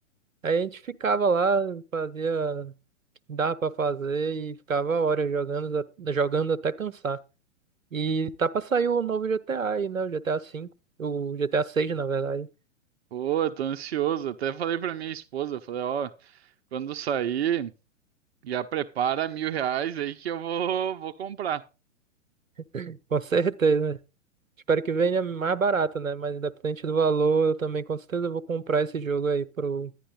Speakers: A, on the right; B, on the right.
A: Aí a gente ficava lá, fazia o que dava pra fazer e ficava horas jogando, a- jogando até cansar. E tá pra sair o novo GTA aí, né? O GTA V, o GTA 6, na verdade.
B: Pô, eu tô ansioso. Até falei pra minha esposa, eu falei, ó, quando sair, já prepara mil reais aí que eu vou, vou comprar.
A: <laughs> Com certeza. Espero que venha mais barato, né? Mas independente do valor, eu também com certeza vou comprar esse jogo aí pro,